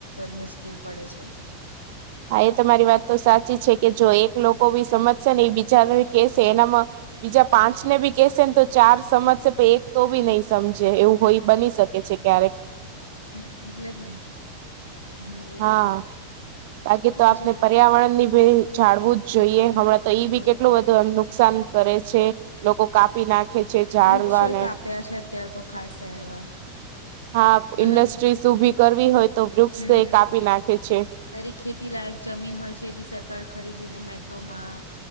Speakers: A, on the left; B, on the right.
A: મુશ્કેલ પડે છે.
B: હા એ તમારી વાત તો સાચી છે કે જો એક લોકો ભી સમજશે ને એ બીજા કેશે એનામાં બીજા પાંચ ને બી કેશે ને તો ચાર સમજશે પણ એક તો બી નહી સમજે એવું. હોય બની શકે છે ક્યારેક.
A: હમ એટલે જ ને, બોલો બોલો.
B: હા બાકી તો
A: બીજું
B: આપને
A: કહો
B: પર્યાવરણ ની ભી જાળવું જ જોઈએ હમણાં તો ઈ
A: બોલો
B: ભી કેટલું નુકસાન કરે છે. લોકો કાપી નાખે છે જાળવાને.
A: વૃક્ષોય કાપ્યા છે અત્યારે તો ખાસા એવા
B: હા
A: અને
B: ઇન્ડસ્ટ્રીઝ ઊભી કરવી હોય તો વૃક્ષ
A: હમ
B: એ કાપી નાખે છે.
A: અરે ખેતી લાયક જમીન હોય છે એ બી સરકાર ખરીદીને મેટ્રોમાં